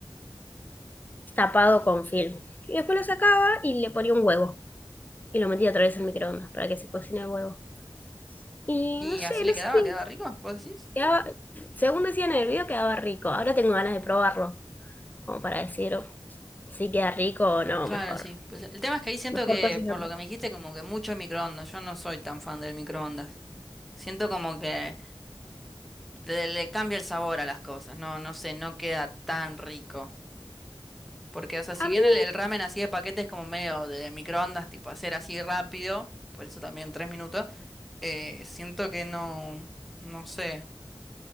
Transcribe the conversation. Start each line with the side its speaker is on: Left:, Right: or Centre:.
Left: tapado con film. Y después lo sacaba y le ponía un huevo. Y lo metía otra vez en el microondas para que se cocine el huevo. Y
Centre: ¿Y
Left: no sé,
Centre: así le
Left: no
Centre: quedaba?
Left: sé,
Centre: ¿Quedaba rico? ¿Vos decís?
Left: quedaba, según decían en el video, quedaba rico. Ahora tengo ganas de probarlo, como para decir si queda rico o no,
Centre: Claro,
Left: mejor.
Centre: sí. Pues el tema es que ahí siento
Left: Mejor
Centre: que,
Left: cocina
Centre: por
Left: otra
Centre: lo que
Left: cosa.
Centre: me dijiste, como que mucho microondas. Yo no soy tan fan del microondas. Siento como que le, le cambia el sabor a las cosas. No, no sé, no queda tan rico. Porque, o sea, si
Left: A
Centre: bien
Left: mí,
Centre: el, el ramen así de paquete es como medio de, de microondas, tipo hacer así rápido, por eso también tres minutos, eh, siento que no, no sé.